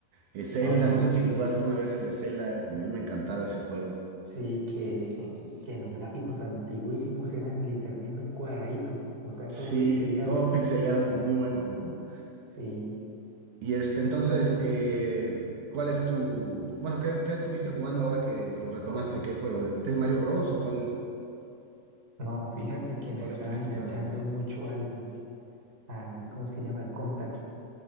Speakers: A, on the right; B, on the right.
A: eh, Zelda.
B: Sonic,
A: No sé
B: sí.
A: si jugaste alguna vez el de Zelda, a mí me encantaba ese juego.
B: Sí, que, eh, que los gráficos antiguísimos eran literalmente un cuadradito, o sea,
A: Sí,
B: todo pixeleado.
A: todo pixeleado, muy buenos, ¿no?
B: Sí,
A: Y este, entonces, eh, ¿cuál es tu, bueno, ¿qué, qué estuviste jugando ahora que lo retomaste? ¿Qué juego? ¿Este Mario Bros o cuál,
B: No, fíjate que me
A: cuál
B: está
A: estuviste
B: enganchando
A: pegando?
B: mucho al, al, ¿cómo es que llama? Al Contra.